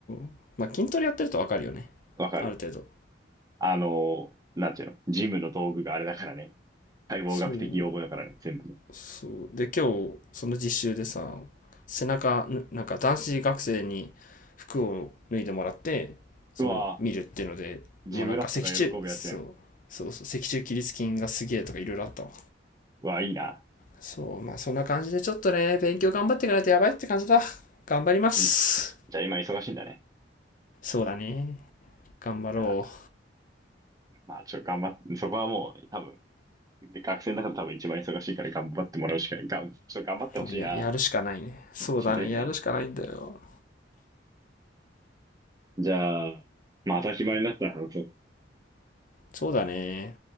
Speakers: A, on the left; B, on the right.
A: うまあ筋トレやってると分かるよね
B: わかる。
A: ある程度
B: あのなんていうの。ジムの道具があれだからね。解剖学的用語だからね。
A: そう
B: 全部ね。
A: そうで今日その実習でさ背中なんか男子学生に服を脱いでもらってその見るっていうのでもうなんか脊柱そうそうそう脊柱起立筋がすげえとかいろいろあったわ
B: うわぁ、ジムラットが喜ぶやつやん。うわぁ、いいな。
A: そうまあそんな感じでちょっとね勉強頑張っていかないとやばいって感じだ頑張ります
B: じ、じゃあ今忙しいんだね。
A: そうだね頑張ろ
B: あー、まあ、ちょ、頑張って、そこはもう、多分、で、学生の中で多分一番忙しいから頑張ってもらうしか、がん、ちょっと頑張ってほしいな。
A: ううややるしかないねそうだねやるしかないんだよ
B: しんどいよね。じゃあ、まあ、当たり前になったら話そう。
A: そうだね